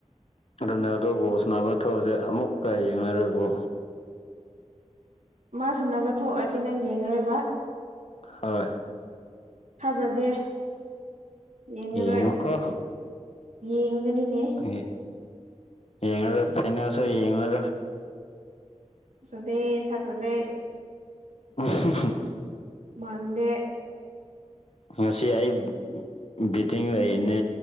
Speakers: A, on the left; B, on the right.
A: ꯔꫭꯅꯥꯜꯗꯣ ꯕꯣꯜ ꯁꯥꯟꯅꯕ ꯊꯣꯛꯑꯗꯤ ꯑꯃꯨꯛꯀ ꯌꯦꯡꯉꯔꯣꯏꯕꯣ
B: ꯃꯥ ꯁꯥꯟꯅꯕ ꯊꯣꯛꯑꯗꯤ ꯅꯪ ꯌꯦꯡꯉꯔꯣꯏꯕꯥ
A: ꯍꯣꯏ
B: ꯊꯥꯖꯗꯦ ꯌꯦꯡꯉꯔꯣꯏ
A: ꯌꯦꯡꯉꯨꯀꯣ
B: ꯌꯦꯡꯒꯅꯤꯅꯦ
A: ꯑꯦ ꯌꯦꯡꯉꯔꯣꯏ ꯐꯥꯏꯅꯦꯜꯁꯨ ꯌꯦꯡꯉꯔꯣꯏ
B: ꯐꯖꯗꯦ ꯊꯥꯖꯗꯦ
A: <unintelligible>
B: ꯃꯥꯟꯗꯦ
A: ꯉꯁꯤ ꯑꯩ ꯕꯨ ꯕꯤꯇꯤꯡ ꯂꯩꯅꯦ